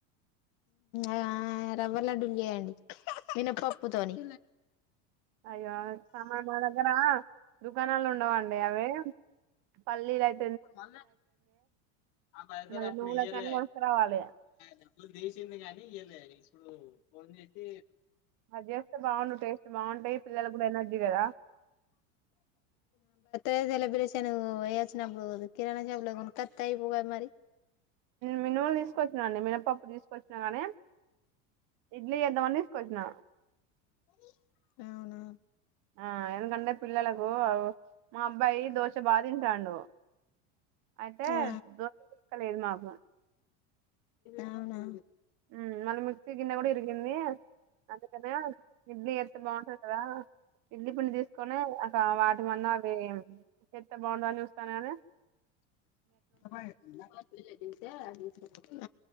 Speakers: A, on the left (about 60°); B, on the right (about 55°).
A: ఆ రవ్వ లడ్డలు చేేయండి మినపప్పుతోని
B: అయ్యో సమా మా దగ్గర దుకాణాలు ఉండవండి అవి పల్లీలు అయి
A: ఇప్పుడు మళ్ళ ఆ పైసలు
B: మళ్ళీ
A: అప్పుడు
B: నువ్వులకి
A: ఇయ్యలే
B: అన్ని కొనుక్కరావాలి
A: డబ్బులు తీసింది కానీ ఇయ్యలే తీసుకున్నారు ఫోన్ చేతే
B: అది ఎస్తే బాగుంది టేస్ట్ బాగుంటాయి పిల్లలకు కూడా ఎనర్జీ కదా,
A: ఎ వేలబ్రేషన్, వచ్చినపుడు కిరాణం లా ఏమన్నా కొనుకోతే అయిపోవు గా మరి,
B: మీనుములు తీసుకొచ్చిన అండి మినపప్పు తీసుకొచ్చినా కానీ ఇడ్లీ చేద్దామని తీసుకొచ్చిన,
A: గదియే అవునా
B: ఆ ఎందుకంటే పిల్లలకు మా అబ్బాయి దోశ బాగా తింటాండు. అయితే
A: ఆ
B: దోశ చేసేది లేదు మాకు బ
A: అవునా
B: ఉ మళ్ల <unintelligible> అన్ని అందుకనే ఇడ్లీ చేతే బాగుంటది, కదా ఇడ్లీ పిండి తీసుకొనన్ని అ వాటి మందాం అవి చేతే బాగుండ అని చూస్తాన కాని,
A: <unintelligible>